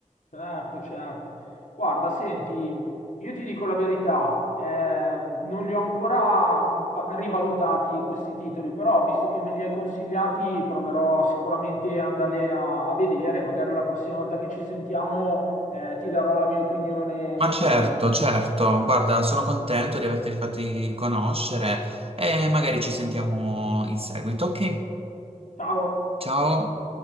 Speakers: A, on the left (about 75°); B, on the right (about 50°).
A: Certo, certo. Guarda, senti, io ti dico la verità, eh, non li ho ancora va- rivalutati questi titoli, però visto che me li hai consigliati, proverò sicuramente ad andarli a, a vedere, magari la prossima volta che ci sentiamo, eh, ti darò la mia opinione
B: Ma
A: in
B: certo,
A: merito.
B: certo, guarda, sono contento di averti fatti conoscere e magari ci sentiamo in seguito, ok?
A: Ciao.
B: Ciao!